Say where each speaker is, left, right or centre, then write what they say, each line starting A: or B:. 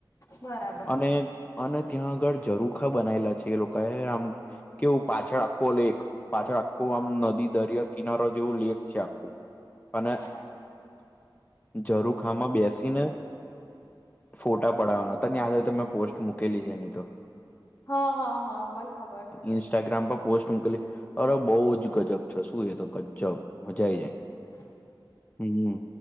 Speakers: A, on the left (about 45°); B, on the left (about 20°).
A: બરાબર
B: અને
A: છે
B: અને ત્યાં આગળ જરૂખા બનાએલા છે એ લોકોએ આમ કેવું પાછળ આપ આખો લેક પાછળ આખું આમ નદી, દરિયો કિનારો જેવું લેક ચાકુ અને
A: બરાબર
B: જરૂખામાં બેસીને ફોટા પડાવવાના હતા ત્યાં જોય તો મેં પોસ્ટ મૂકેલી છે એની તો.
A: હા હા હા મને ખબર છે.
B: ઇન્સ્ટાગ્રામ પર પોસ્ટ મોકલી. અરે બહુ જ ગજબ છે શું એ તો ગજબ મજા આઈ જાય
A: એવું.
B: હમ